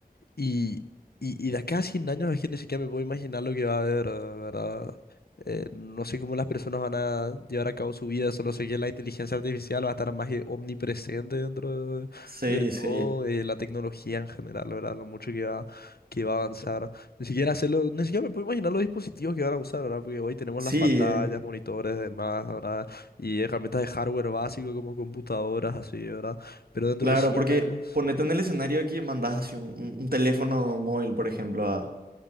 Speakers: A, on the left; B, on the right.
A: Y, y, y de acá a 100 años es que ni siquiera me puedo imaginar lo que va a haber, ¿verdad? Eh, no sé cómo las personas van a llevar a cabo su vida, solo sé que la inteligencia artificial va a estar más que omnipresente dentro de,
B: Sí,
A: de
B: sí.
A: todo, eh, la tecnología en general, ¿verdad? Lo mucho que va, que va a avanzar. Ni siquiera hacerlo, ni siquiera me puedo imaginar los dispositivos que van a usar, ¿verdad? Porque hoy tenemos
B: Sí,
A: las pantallas,
B: eh,
A: monitores, demás, ¿verdad? Y herramientas de hardware básico como computadoras, así, ¿verdad? Pero dentro
B: claro,
A: de 100
B: porque
A: años,
B: ponete en el escenario de que mandás así un, un- un teléfono móvil, por ejemplo, a,